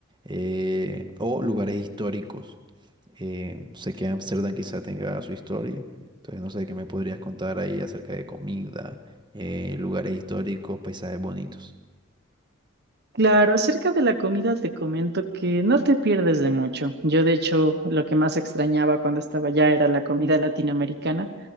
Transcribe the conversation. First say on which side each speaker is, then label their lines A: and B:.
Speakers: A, on the right; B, on the right.
A: eh, o lugares históricos. Eh, sé que Ámsterdam quizá tenga su historia. Entonces no sé qué me podrías contar ahí acerca de comida, eh, lugares históricos, paisajes bonitos.
B: Claro, acerca de la comida te comento que no te pierdes de mucho. Yo, de hecho, lo que más extrañaba cuando estaba allá era la comida latinoamericana,